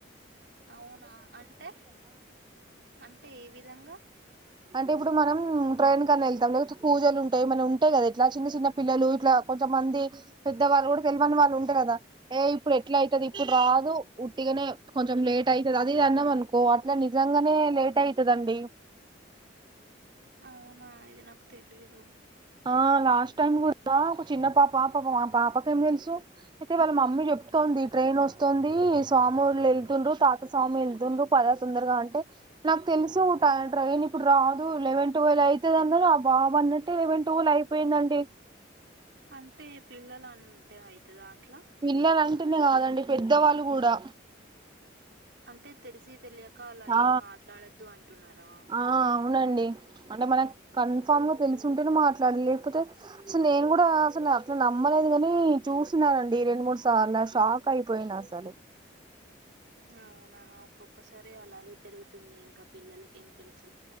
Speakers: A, on the right; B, on the right.
A: అవునా అంటే అంటే ఏ విధంగా
B: అంటే ఇప్పుడు మనం ట్రైన్ కన్నా వెళ్తాం లేకపోతే పూజలు ఉంటాయి, ఏమన ఉంటాయి కదా ఇట్లా చిన్న చిన్న పిల్లలు ఇట్లా కొంతమంది పెద్దవాళ్ళు కూడా తెలిమని వాళ్ళు ఉంటారు కదా, ఏ ఇప్పుడు ఎట్లా అయితది ఇప్పుడు రాదు ఉట్టిగనే కొంచెం లేట్ అయితది అదిది అన్నాం అనుకో అట్లా నిజంగానే లేట్ అయితదండి
A: అవునా ఇది నాకు తెలియదు
B: ఆ లాస్ టైం కూడా ఒక చిన్న పాప పాప మా పాపకేం తెలుసు, అయితే వాళ్ళ మమ్మీ చెప్తోంది ట్రైన్ వస్తుంది స్వాముళ్ళు వెళ్తుండ్రు, తాత స్వామి వెళ్తుండ్రు, పద తొందరగా అంటే నాకు తెలుసు ట్రైన్ ఇప్పుడు రాదు, లెవెన్ ట్వెల్వ్ అయితది అన్నారు ఆ బాబ్ అన్నట్టే లెవెన్ టువల్ అయిపోయిందండి
A: అంటే పిల్లలు అంటే అయితదా అట్లా
B: పిల్లలన్ అంటనే కాదండి పెద్దవాళ్ళు కూడా
A: అంటే తెలిసి తెలియక్ కా అలా
B: ఆ
A: ఏం మాట్లాడొద్దు అంటున్నారా
B: ఆ అవునండి అంటే మనక్ కన్ఫామ్ గా తెలిసుంటేనే మాట్లాడ్, లేకపోతే అసలు నేను కూడా అసలు అట్లా నమ్మలేదు, కాని చూసిననండి రెండు మూడు సార్లు షాక్ అయిపోయిను అసలు.
A: అవునా ఒక్కొక్కసారి అలాగే జరుగుతుంది ఇంక పిల్లలకి ఏం తెలుస్